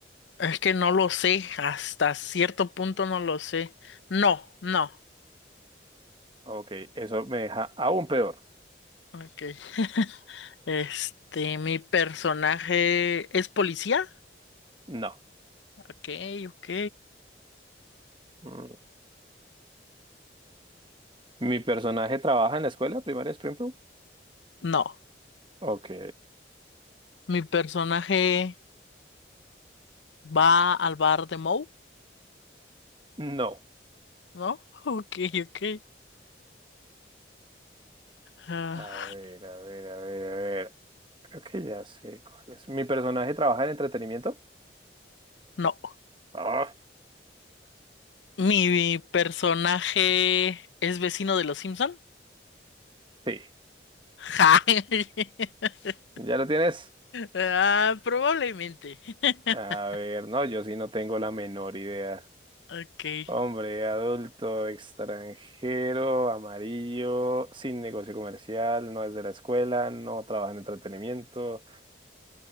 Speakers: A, on the left (about 80°); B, on the right (about 25°).
A: Es que no lo sé. Hasta cierto punto no lo sé. No, no.
B: Ok, eso me deja aún peor.
A: Ok. <laughs> Este, mi personaje es policía.
B: No.
A: Ok, ok.
B: Mm. ¿Mi personaje trabaja en la escuela primaria de Springfield?
A: No.
B: Ok.
A: Mi personaje va al bar de Moe,
B: No.
A: ¿no? <laughs> Ok, ok. Ah,
B: A ver, a ver, a ver, a ver. Creo que ya sé cuál es. ¿Mi personaje trabaja en entretenimiento?
A: no.
B: Ah,
A: ¿Mi personaje es vecino de los Simpson?
B: sí.
A: Ja. <laughs>
B: ¿Ya lo tienes?
A: Ah, probablemente. <laughs>
B: A ver, no, yo sí no tengo la menor idea.
A: Ok.
B: Hombre, adulto, extranjero, amarillo, sin negocio comercial, no es de la escuela, no trabaja en entretenimiento.